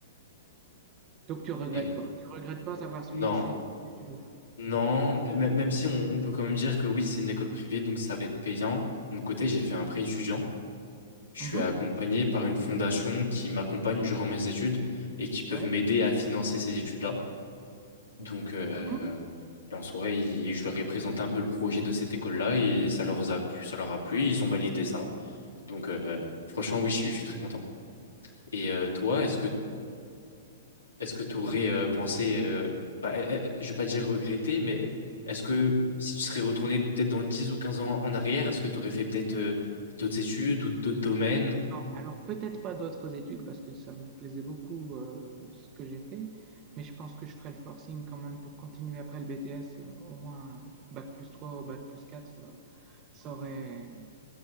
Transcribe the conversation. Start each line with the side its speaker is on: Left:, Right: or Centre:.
Right: Donc tu regrettes
Left: Et
Right: pas. Tu regrettes pas d'avoir suivi
Left: Non,
Right: ces ces études-là.
Left: non, m- même si on, on peut quand même dire que oui, c'est une école privée, donc ça va être payant. De mon côté, j'ai fait un prêt étudiant. Je
Right: Mmh
Left: suis accompagné par une fondation qui m'accompagne durant mes études et qui peuvent
Right: Ouais.
Left: m'aider à financer ces études-là. Donc, euh,
Right: Mmh
Left: et en soi, ils- je leur ai présenté un peu le projet de cette école-là et ça leur a plu, ça leur a plu, ils ont validé ça. Donc, euh, franchement, oui, je, suis je suis très content. Et euh, toi, est-ce que Est-ce que tu aurais
Right: Non,
Left: euh, pensé, euh, bah, eh, eh, je vais pas dire regretter, mais est-ce que si tu serais retourné peut-être dans 10 ou 15 ans en arrière, est-ce que tu aurais fait peut-être euh, d'autres études ou d'autres domaines?
Right: non, alors peut-être pas d'autres études parce que ça me plaisait beaucoup, heu, ce que j'ai fait, mais je pense que je ferai le forcing quand même pour continuer après le BTS, heu, au moins un bac bac+3 ou bac+4, ça ça aurait